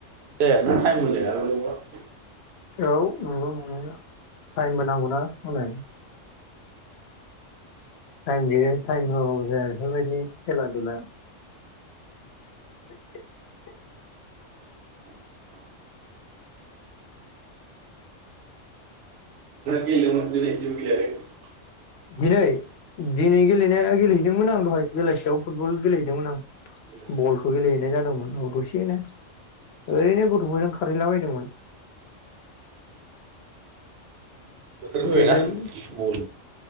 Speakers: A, on the right (about 65°); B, on the left (about 60°).
A: जाया नों थाइम होनो हायाबालाय बहा?
B: औ नंगौ नंनाया टाइमबो नांगौ ना होनो। टाइम गैया टाइम होआबाबो जाया बेफोरबायदि खेला दुला <unintelligible>
A: गेलेदोंमोन दिनै जेबो गेलेयाखै
B: दिनै, दिनै गेलेनाया गेलेहैदोंमोन आं दहाय बेलासियाव फुटबल गेलेहैदोंमोन आं।
A: बेलासियाव
B: बलखौ गेलेहैनाय जादोंमोन औ दसेनो। ओरैनो गथ'फोरजों खारहैलाबायदोंमोन।
A: बोथोर फैबायना
B: गैलालै
A: बल